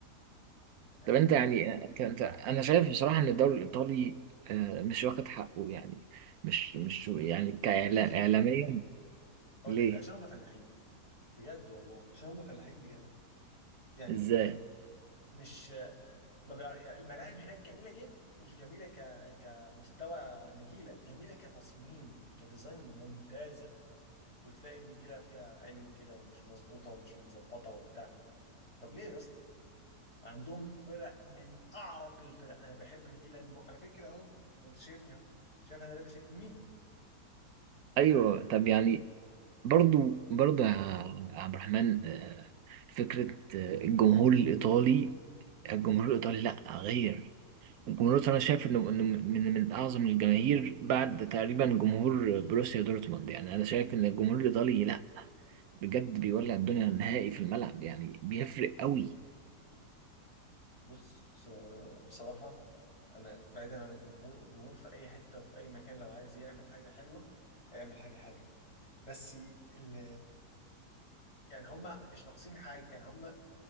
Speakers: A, on the left (about 25°); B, on the right (about 70°).
A: حلو
B: طب انت
A: قوي
B: يعني انت انا شايف بصراحة ان الدوري الإيطالي آه، مش واخد حقه يعني مش مش يعني كإعلام
A: هقول لك ليه
B: إعلاميا
A: هقول
B: ليه
A: لك ليه عشان هم فلاحين بجد والله عشان هم فلاحين بجد يعني
B: ازاي
A: يعني مش ما بيع... يعني الملاعب هناك جميله جدا مش جميله ك... كمستوى نجيله جميله كتصميم كديزاين ممتازه وتلاقي النجيله فيها علو كده ومش مظبوطه ومش متظبطه وبتاع طب ليه يا اسطى عندهم فرق من اعرق الفرق انا بحب ميلان م... على فكره اهو ما انت شايفني اهو شايف انا لابس ايه الميلان
B: ايوه
A: فاهم
B: طب يعني برضو برضو يا عبد الرحمن آه، فكرة آه، الجمهور الإيطالي الجمهور الإيطالي لا غير الجمهور انا شايف انه انه من من اعظم الجماهير بعد تقريبا جمهور بروسيا دورتموند يعني انا شايف ان الجمهور الايطالي لا بجد بيولع الدنيا نهائي في الملعب يعني بيفرق قوي
A: بص س- بصراحه انا بعيدا عن الجمهور الجمهور في اي حته وفي اي مكان لو عايز يعمل حاجه حلوه هيعمل حاجه حلوه بس ال... يعني هم مش ناقصين حاجه يعني هم